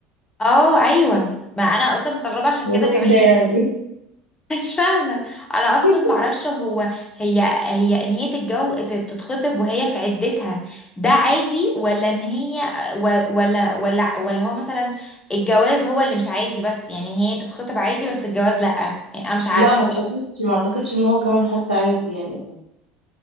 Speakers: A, on the left; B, on the left.
A: اه ايوه ما انا اصلا مستغربه عشان
B: هو
A: كده كمان
B: ايه ده
A: يعني
B: يعني
A: مش فاهمة أنا أصلا
B: <laughs>
A: معرفش هو هي هي إن هي تتجو ت- تتخطب وهي في عدتها ده عادي ولا إن هي و- ولا ولا ولا هو مثلا الجواز هو اللي مش عادي بس يعني إن هي تتخطب عادي بس الجواز لأ يعني أنا مش عارفة
B: لا ما اعتقدش ما اعتقدش ان هو كمان حتى عادي يعني